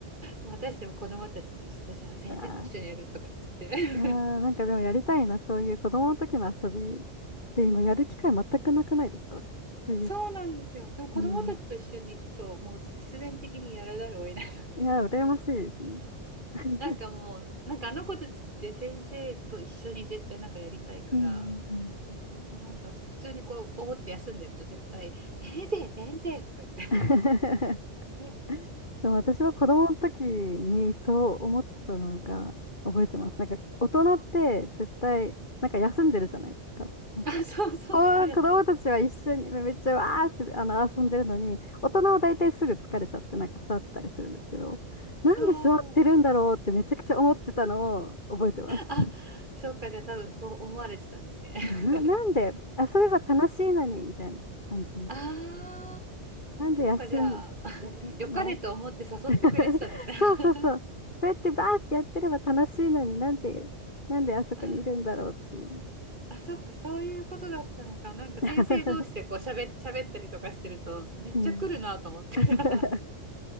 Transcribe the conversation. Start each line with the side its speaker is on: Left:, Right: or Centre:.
Right: またしても子供たちと、ちょっとじゃあ先生も一緒にやるとか言って
Left: あーいやー、なんかでもやりたいな、そういう子供の時の遊び。で、今やる機会全くなくないですかそういう。
Right: そうなんですよ。でも子供たちと一緒にいると、
Left: うん
Right: もう必然的にやらざるを得ない。<laughs>
Left: いや、羨ましいですね。うん
Right: なんかもう、なんかあの子たちって先生と一緒に絶対なんかやりたいから、
Left: うんうん
Right: もうなんか普通にこう、ぼーって休んでると絶対、先生、先生とか言って。
Left: <laughs>。
Right: <laughs>
Left: でも私は子供の時にそう思ってたのが覚えてます。なんか大人って絶対なんか休んでるじゃないですか。なんかこう子供たちは一緒にめっちゃわーってあの遊んでるのに大人は大体すぐ疲れちゃってなんか座ってたりするんですけどなんで座ってるんだろうってめちゃくちゃ思ってたのを覚えてます。
Right: あ、そうそうそうや、そう。あ、そっか、じゃあ多分そう思われてたんですね。
Left: な、
Right: <laughs>
Left: なんで遊べば楽しいのにみたいな感じ。
Right: ああ、
Left: なんで休んでるの
Right: そっか、じゃあ、<laughs> 良かれと思って誘ってくれてたんですね。
Left: <laughs> そうそうそう。
Right: <laughs>
Left: こうやってバーってやってれば楽しいのになんで、なんであそこにいるんだろうっていう。
Right: あーあ、そっか、そういうことだったのか。なんか先生同士でこう喋っ、
Left: <laughs>
Right: 喋ったりとかしてると、めっちゃ来るなと思ってた。
Left: うん。<laughs>